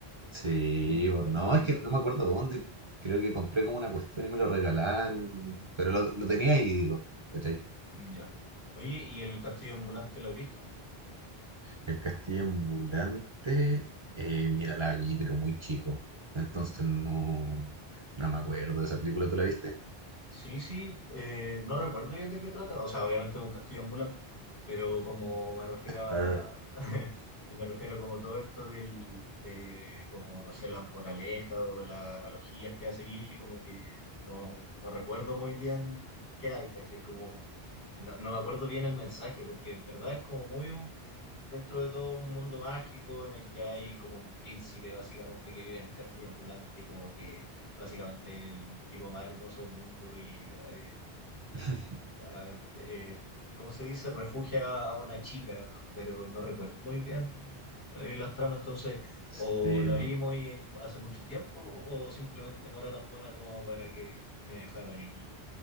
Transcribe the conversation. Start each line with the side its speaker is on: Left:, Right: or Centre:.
Right: Sí,
Left: <laughs> del
Right: bo- no,
Left: bonito.
Right: es que no me acuerdo dónde. Creo que compré como una cuestión y me lo regalaron, pero lo, lo tenía ahí, digamos, ¿cachai?
Left: Ya. Oye, ¿y el castillo ambulante lo has visto?
Right: El castillo ambulante, eh, mira, la vi, pero muy chico. Entonces
Left: Ya.
Right: no, no me acuerdo de esa película. ¿Tú la viste?
Left: Sí, sí, eh, no recuerdo bien de qué trata, o sea, obviamente es un castillo ambulante, pero como me refiero a,
Right: Ar-
Left: <laughs> me refiero a como todo esto del, de, como, no sé, las moralejas o las analogías que hace Ghibli, como que no, no recuerdo muy bien qué hay, ¿cachai? Como, no, no me acuerdo bien el mensaje, porque en verdad es como muy, un- dentro de todo un mundo mágico en el que hay como un príncipe básicamente que vive en el castillo ambulante y como que básicamente el tipo más hermoso del mundo y, eh,
Right: <laughs>
Left: a- eh, ¿cómo se dice? Refugia a una chica, pero no recuerdo muy bien eh, las tramas, entonces
Right: Sí,
Left: o la
Right: no.
Left: vi muy hace mucho tiempo o simplemente no era tan buena como para que me dejara ahí.